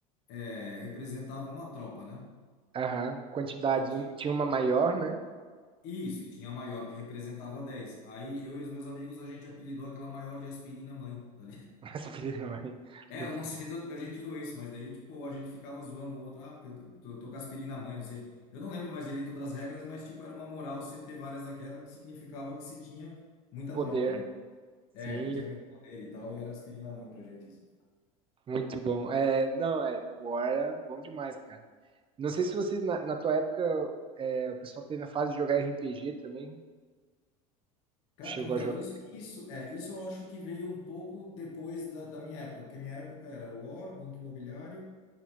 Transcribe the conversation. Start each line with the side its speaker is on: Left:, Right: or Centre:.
Left: é, representava uma tropa, né?
Right: Aham, quantidade,
Left: E ti-
Right: um- tinha uma maior, né?
Left: isso, e tinha a maior que representava 10. Aí eu e os meus amigos, a gente apelidou aquela maior de aspirina mãe, tá
Right: <laughs> Mas filha da mãe,
Left: É,
Right: muito
Left: eu não sei
Right: bom.
Left: de onde que a gente tirou isso, mas daí, tipo, a gente ficava zoando um outro, ah, porque eu t- tô, tô com aspirina na mãe, não sei. Eu não lembro mais direito das regras, mas, tipo, era uma moral você ter várias daquela que significava que você tinha muita
Right: Poder,
Left: tropa, né? É,
Right: sim,
Left: que tinha muito poder e tal, e era aspirina na mãe pra gente isso.
Right: muito bom. É, não, é, o War era bom demais, cara. Não sei se você, na, na tua época, é, o pessoal teve a fase de jogar RPG também,
Left: Ca-
Right: chegou
Left: Então,
Right: a jogar.
Left: isso, isso, é, isso eu acho que veio um pouco depois da, da minha época, porque minha época era War, Banco Imobiliário,